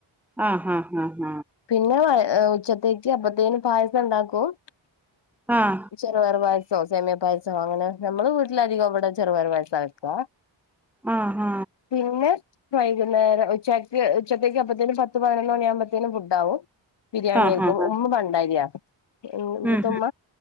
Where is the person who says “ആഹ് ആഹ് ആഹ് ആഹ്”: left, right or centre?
Centre